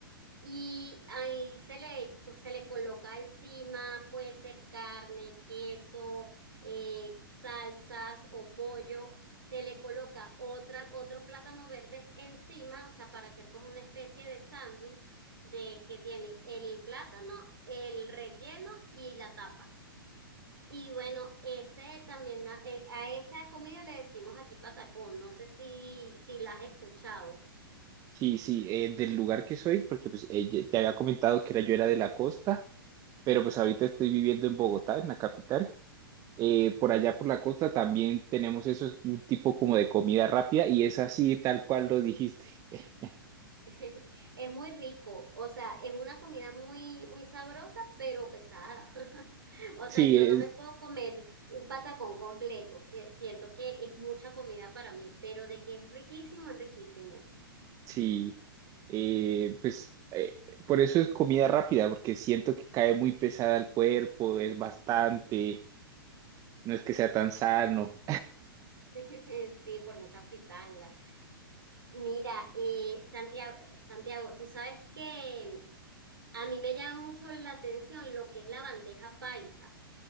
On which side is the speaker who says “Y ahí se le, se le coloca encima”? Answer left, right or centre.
Right